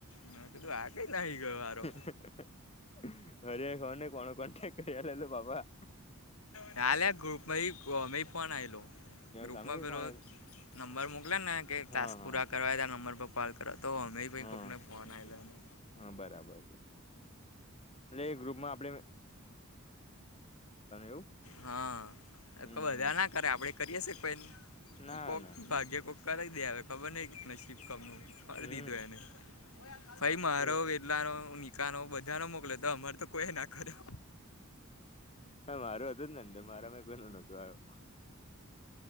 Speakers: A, on the left; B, on the left.
A: મેં કીધું આ કઈ નાહી ગયો હારો.
B: હરીયાએ ખબર નહીં કોને કોન્ટેક્ટ કરી લ બાબા.
A: ન્યા લા ગ્રુપમાં હી ગોમેય ફોન આયલો ગ્રુપમાં
B: સામેથી
A: પેલો
B: ફોન
A: નંબર મોકલેને કે ટાસ્ક
B: હા હા
A: પૂરા કરવા છે આ નંબર પર કોલ કરો તો હોમેય પહી
B: હા
A: કોઈકને ફોન આયલો એને.
B: હા બરાબર. એટલે એ ગ્રુપમાં આપડે એવું
A: હ
B: હમ
A: ખ બધાનાં
B: હમ
A: કરે આપણે કરીએ છીએ કોઈન
B: ના
A: કોક
B: ના
A: ભાગ્યે કોક કરાઈ દે અવે. ખબર નહીં ને શિબ કામનું મારી
B: હમ
A: દીધું એને પહી મારો
B: એ
A: લારો નિકાનો બધાનો મોકલે તો અમારે તો કોઈએ ના કર્યો.
B: હ મારું હતું જ ને અંદર મારામાંય કોઈનો નતો આયો.